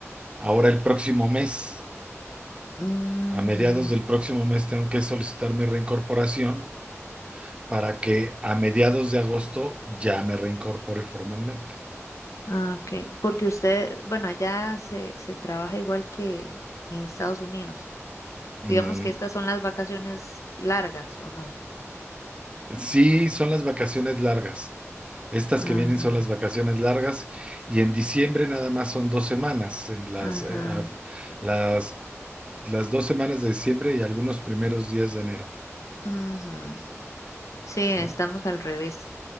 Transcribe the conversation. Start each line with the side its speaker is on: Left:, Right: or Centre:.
Right: ahora el próximo mes,
Left: Ujú.
Right: a mediados del próximo mes tengo que solicitar mi reincorporación para que a mediados de agosto ya me reincorpore formalmente.
Left: Ah, ok. Porque usted, bueno, allá se, se trabaja igual que en Estados Unidos.
Right: Mm,
Left: Digamos que estas son las vacaciones largas, ¿o no?
Right: Sí, son las vacaciones largas. Estas
Left: Ajá,
Right: que vienen son las vacaciones largas y en diciembre nada más son dos semanas, en las,
Left: ajá.
Right: eh, a- las, las dos semanas de diciembre y algunos primeros días de enero.
Left: Ujú. Sí, estamos
Right: Sí,
Left: al revés.